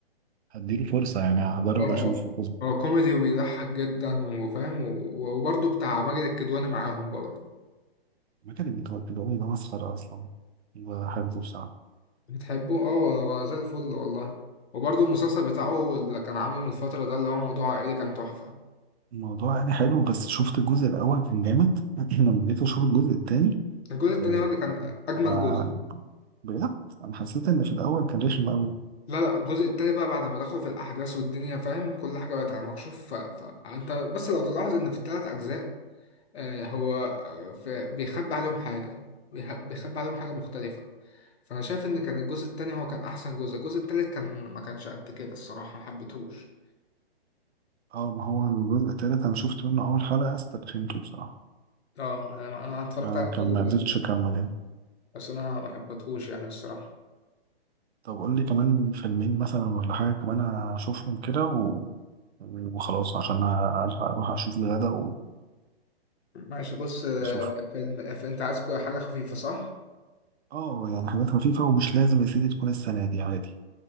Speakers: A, on the right (about 80°); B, on the left (about 80°).
A: هديله فرصة يعني هجرب
B: اه
A: أشوفه
B: اه
A: بس
B: هو كوميدي وبيضحك جدا وفاهم و- وبرضه بتاع ماجد الكدواني معاهم برضه
A: المكان اللي بيقولوا ده مسخرة أصلا بحبه بصراحة
B: بتحبوه اه هو زي الفل والله وبرضه المسلسل بتاعه اللي كان عامله من الفترة ده اللي هو موضوع عائلي كان تحفة
A: الموضوع يعني حلو بس شفت الجزء الأول كان جامد <clears throat> لما جيت أشوف الجزء التاني
B: الجزء التاني
A: آه،
B: هو اللي كان أجمد
A: ما
B: جزء
A: بجد أنا حسيت إن في الأول كان رخم أوي
B: لا لا الجزء التاني بقى بعد ما دخلوا في الأحداث والدنيا فاهم كل حاجة بقت على مكشوف ف... فأنت بس لو تلاحظ إن في التلات أجزاء آه هو آه، في... بيخبي عليهم حاجة بيخ- بيخبي عليهم حاجة مختلفة فأنا شايف إن كان الجزء التاني هو كان أحسن جزء الجزء التالت كان ما كانش قد كده الصراحة ما حبيتهوش
A: أه ما هو الجزء التالت أنا شفت منه أول حلقة استرخمته بصراحة
B: اه يعني أنا أنا اتفرجت
A: ما
B: عليه
A: كان ما
B: كله،
A: قدرتش أكمل يعني
B: بس أنا ما حبيتهوش يعني الصراحة
A: طب قول لي كمان فيلمين مثلا ولا حاجة كمان أشوفهم كده و... وخلاص عشان ألحق أروح أشوف الغدا و...
B: ماشي بص آه،
A: وأشوف
B: فيلم ف- انت عايز كو- حاجة خفيفة صح؟
A: اه يعني حاجات خفيفة ومش لازم يا سيدي تكون السنة دي عادي